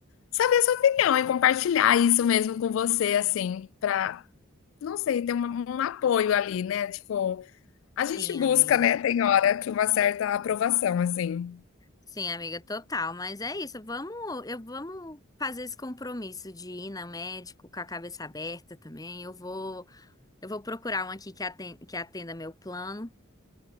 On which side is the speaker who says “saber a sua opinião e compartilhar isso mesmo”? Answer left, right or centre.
Left